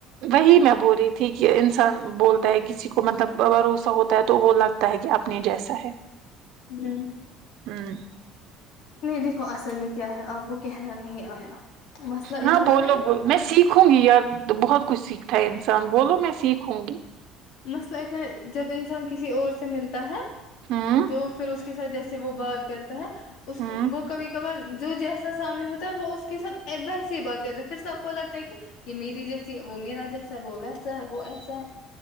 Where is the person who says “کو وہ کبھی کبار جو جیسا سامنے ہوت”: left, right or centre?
Left